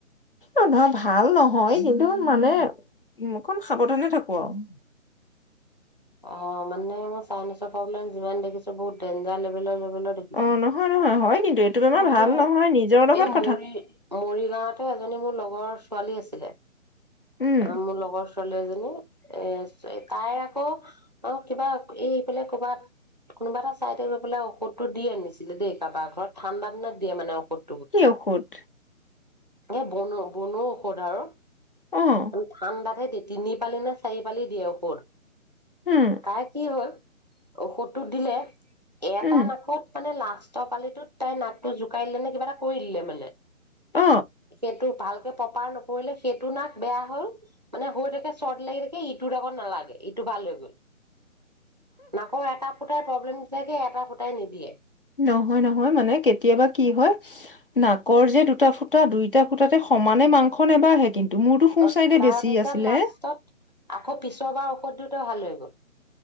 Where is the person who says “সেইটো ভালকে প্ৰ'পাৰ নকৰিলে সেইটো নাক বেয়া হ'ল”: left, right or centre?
Right